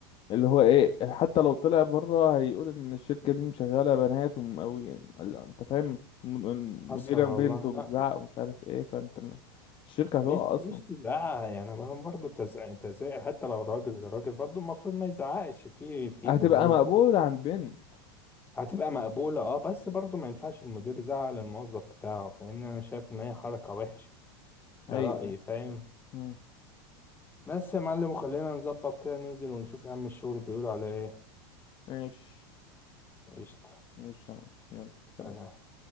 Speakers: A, on the left (about 40°); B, on the left (about 15°).
A: اللي هو ايه حتى لو طلع بره هيقول ان الشركة دي مشغلة بنات وم- أوي يعني ال- انت فاهم الم- المديرة
B: حصل والله
A: بنت وبتزعق
B: لا
A: ومش عارف ايه فانت م- الشركة هتقع
B: مش مش
A: اصلا
B: تزعق يعني ما برضه تزعق تزعق حتى لو راجل الراجل برضه المفروض ما يزعقش في في
A: هتبقى
B: بنود
A: مقبولة عند بنت
B: هتبقى مقبولة اه بس برضه ما ينفعش المدير يزعق للموظف بتاعه فاهمني أنا شايف إن هي حركة وحشة ده
A: ايوه
B: رأيي فاهم
A: مم.
B: بس يا معلم وخلينا نظبط كده ننزل ونشوف يا عم الشغل بيقول على ايه
A: ماشي
B: قشطة
A: ماشي يا معلم. يلا سلام
B: سلام.